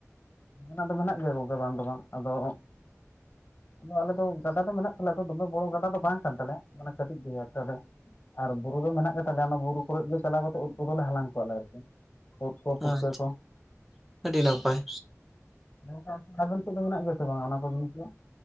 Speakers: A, on the left; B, in the centre.
A: ᱢᱮᱱᱟᱜ ᱫᱚ ᱢᱮᱱᱟᱜ ᱜᱮᱭᱟ ᱜᱚᱢᱠᱮ ᱵᱟᱝ ᱫᱚ ᱵᱟᱝ ᱟᱫᱚ ᱟᱞᱮ ᱫᱚ ᱜᱟᱰᱟ ᱫᱚ ᱢᱮᱱᱟᱜ ᱛᱟᱞᱮᱭᱟ ᱟᱫᱚ ᱫᱚᱢᱮ ᱵᱚᱲᱚ ᱜᱟᱰᱟ ᱫᱚ ᱵᱟᱝ ᱠᱟᱱ ᱛᱟᱞᱮᱭᱟ ᱢᱟᱱᱮ ᱠᱟᱹᱴᱤᱡ ᱜᱮ ᱛᱟᱦᱚᱞᱮ ᱟᱨ ᱵᱩᱨᱩ ᱫᱚ ᱢᱮᱱᱟᱜ ᱜᱮᱛᱟᱞᱮᱭᱟ ᱚᱱᱟ ᱵᱩᱨᱩ ᱠᱚᱨᱮᱜ ᱜᱮ ᱪᱟᱞᱟᱣ ᱠᱟᱛᱮ ᱩᱫᱽ ᱠᱚᱫᱚᱞᱮ ᱦᱟᱞᱟᱝ ᱠᱚᱣᱟ ᱞᱮ ᱟᱨᱠᱤ ᱩᱫᱽ ᱠᱚ ᱯᱩᱴᱠᱟᱹ
B: ᱟᱪᱪᱷᱟ
A: ᱠᱚ
B: ᱟᱹᱰᱤ ᱱᱟᱯᱟᱭ᱾
A: ᱦᱮᱸ ᱟᱵᱮᱱ ᱥᱮᱫ ᱫᱚ ᱢᱮᱱᱟᱜ ᱜᱮᱭᱟ ᱥᱮ ᱵᱟᱝᱟ ᱚᱱᱟ ᱠᱚ ᱡᱤᱱᱤᱥ ᱫᱚ?